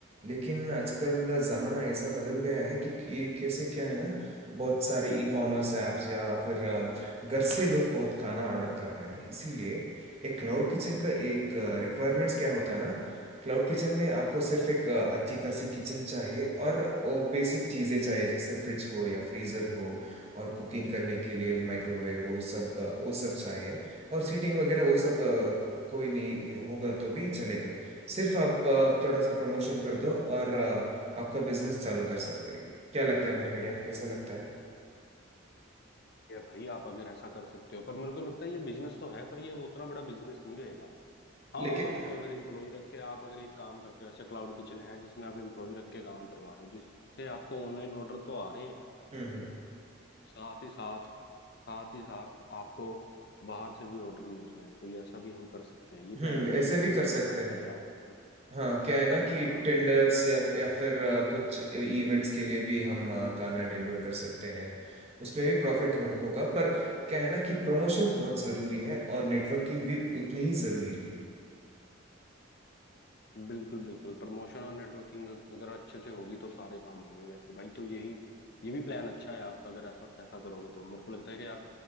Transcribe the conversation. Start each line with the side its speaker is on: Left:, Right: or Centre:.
Right: लेकिन आजकल जमाना ऐसा बदल गया है कि कि ये कैसे क्या है ना बहुत सारे ई कॉमर्स ऐप्स या फिर अ, घर से लोग बहुत खाना ऑर्डर कर रहे हैं इसीलिए एक क्लाउड किचन का एक रिक्वायरमेंट्स क्या होता है ना क्लाउड किचन में आपको सिर्फ एक अ, अच्छी खासी किचन चाहिए और वो बेसिक चीज़ें चाहिए जैसे फ्रिज हो या फ्रीज़र हो और कुकिंग करने के लिए वो माइक्रोवेव वो सब अ, वो सब चाहिए और सीटिंग वगैरह वो सब अ, कोई नहीं हो- होगा तो भी चलेगा सिर्फ आप अ, थोड़ा सा प्रमोशन कर दो और अ, आपका बिजनेस चालू कर सकते हैं क्या लगता है मेरा आइडिया कैसा लगता है
Left: ये भाई आप अगर ऐसा कर सकते हो पर मेरे को लगता है ये बिजनेस तो है पर ये वो उतना बड़ा बिजनेस नहीं रहेगा हाँ
Right: लेकिन
Left: आपको अगर एम्प्लॉय रख के आप अगर एक काम करते हो ऐसे क्लाउड किचन है जिसमें आप एम्प्लॉय रख के काम करवा रहे हो जिससे आपको ऑनलाइन ऑर्डर तो आ रहे हैं
Right: हम्म हम्म
Left: साथ ही साथ साथ ही साथ आपको बाहर से भी ऑर्डर मिल रहे हैं तो ये ऐसा भी हम कर सकते हैं ये
Right: हम्म,
Left: प्लान भी
Right: ऐसे
Left: बढ़िया
Right: भी
Left: है
Right: कर
Left: यार
Right: सकते
Left: अब
Right: हैं
Left: अगर आप अपना
Right: हाँ क्या है ना कि
Left: हम्म।
Right: टेंडर्स या या फिर अ, कुछ इवेंट्स के लिए भी हम अ, गाना डिलीवर कर सकते हैं उसमें भी प्रॉफिट हो, होगा पर क्या है ना कि प्रमोशन बहुत जरूरी है और नेटवर्किंग भी उतनी ही जरूरी है
Left: बिल्कुल बिल्कुल प्रमोशन और नेटवर्किंग अगर अच्छे से होगी तो सारे काम होंगे वैसे भाई तो यही ये भी प्लान अच्छा है आपका अगर ऐसा ऐसा करोगे तो मेरे को लगता है कि यार